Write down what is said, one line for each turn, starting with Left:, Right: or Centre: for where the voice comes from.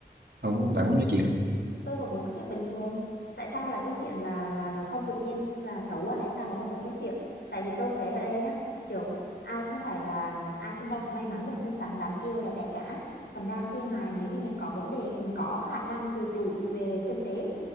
Right: Không,
Left: Ừm,
Right: bạn muốn nói chuyện không?
Left: tôi vẫn muốn nói chuyện bình thường tại sao là cứ nghĩ rằng là là là không tự nhiên là xấu quá hay sao mà không được nói chuyện tại vì tôi thấy ở đây nhá kiểu ai không phải là ai sinh ra cũng may mắn được xinh xắn đáng yêu đẹp đẽ cả thành ra khi mà nếu như mình có vấn đề mình có khả năng tự chủ về kinh tế